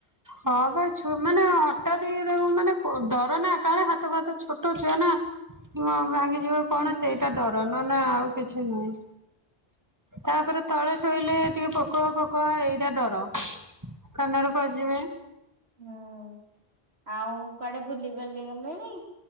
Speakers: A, on the right; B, on the right.
A: ହଁ ବା ମାନେ ହଠାତ ମାନେ ଡର ନା କାଳେ ହାତ ଫାତ ଛୋଟ ଛୁଆ ନା ଭାଙ୍ଗିଯିବ କି
B: ହୁଁ
A: କଣ ସେଇଟା ଡର ନା ହନେ ଆଉ କିଛି ନାହିଁ। ତାପରେ ତଳେ ଶୋଇଲେ ଟିକେ ପୋକ ପୋକ ଏଇଟା ଡର କାନରେ ପଇ ଯିବେ।
B: ହୁଁ ଆଉ କୁଆଡେ ବୁଲି ବାଲି ଗଲେଣି।